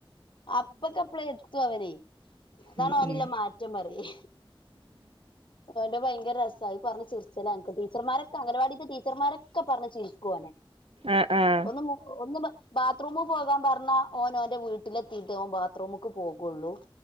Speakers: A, on the left; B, on the right.
A: അപ്പക്കപ്പ്ളെ ത്തു അവനെ അതാണ്
B: ഉം
A: ഓനില്ല
B: ഉം
A: മാറ്റം പറയെ ഓന്റെ ഭയ് ങ്കര രസായി പറഞ്ഞു ചിരിച്ചല ഞങ്ങക്ക്. ടീച്ചർമാരൊക്കെ അംഗനവാടിത്തെ ടീച്ചർമാർ ഒക്കെ പറഞ്ഞു ചിർ കോനെ
B: ആഹ് ആഹ്
A: ഒന്ന് മു ഒന്നു വാ ബാത്റൂമ് പോകാൻ പറഞ്ഞാ ഓൻ ഓന്റെ വീട്ടിലെത്തിയിട്ടെ ഓൻ ബാ ബാത്റൂമക്ക് പോകുള്ളൂ